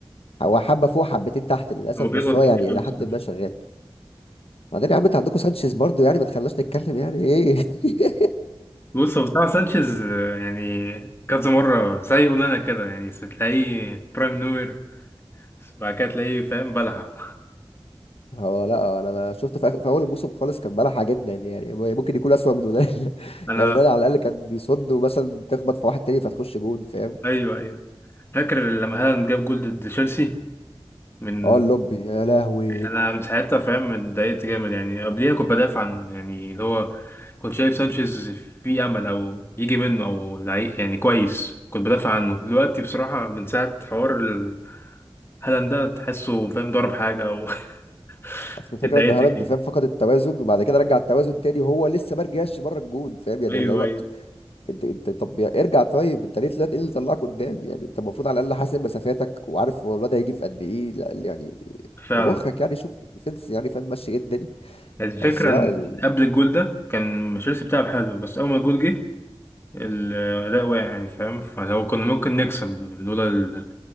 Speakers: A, on the left (about 80°); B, on the left (about 25°).
A: هو حبة فوق حبتين تحت للأسف
B: هو بيغلط
A: بس هو يعني
B: كتير قوي
A: إلى
B: بصراحة
A: حد ما شغال بعدين يا عم انت عندكم سانشيز برضو يعني ما تخلناش نتكلم يعني ايه <laughs>
B: بص هو بصراحة سانشيز آه، يعني كذا مرة زي اونانا كده يعني تلاقيه برايم نوير بعد كده تلاقيه فاهم بلحة
A: هو لا انا أنا شفته في, آخر في اول الموسم خالص كان ملحة جدا يعني ممكن يكون اسوأ من ولاد <laughs>
B: انا
A: يعني ده على الاقل كان بيصد ومثلا تخبط في واحد تاني فتخش جون فاهم
B: ايوه ايوه فاكر لما هالاند جاب جول ضد تشيلسي من
A: اه اللوبي يا لهوي
B: انا من ساعتها فاهم اتضايقت جامد يعني قبليها كنت بدافع عن يعني اللي هو كنت شايف سانشيز في امل او يجي منه او لعي- يعني كويس كنت بدافع عنه دلوقتي بصراحة من ساعة حوار ال- هالاند ده تحسه فاهم ضرب حاجة او <laughs>
A: اصل الفكره
B: اتضايقت
A: ان هالاند
B: جامد
A: فاهم فقد التوازن وبعد كده رجع التوازن تاني وهو لسه ما رجعش بره الجون فاهم يعني
B: ايوه
A: اللي هو
B: ايوه
A: انت انت طب يا- ارجع طيب انت ليه طلعت ايه اللي طلعك قدام يعني انت المفروض على الاقل حاسب مسافاتك وعارف هو الواد هيجي في قد ايه لا يعني
B: فعلا
A: بمخك يعني شوف سنس يعني فاهم ماشي ايه الدنيا
B: الفكرة
A: بس لا
B: ان
A: ال...
B: قبل الجول ده كان تشيلسي بتلعب حلو بس اول ما الجول جه الأداء واقع يعني فاهم فلو كنا ممكن نكسب لولا ال-